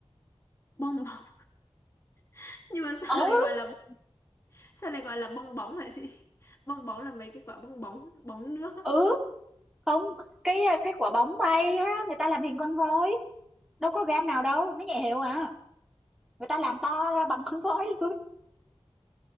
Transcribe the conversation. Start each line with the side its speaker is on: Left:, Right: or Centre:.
Left: bong bóng <laughs> nhưng mà sao
Centre: ừ
Left: lại gọi là Sao lại gọi là bong bóng hả chị? <laughs> Bong bóng là mấy cái quả bong bóng, bóng nước á.
Centre: ừ không cái cái quả bóng bay á người ta làm hình con voi đâu có gam nào đâu nó nhẹ hiệu à người ta làm to ra bằng con voi luôn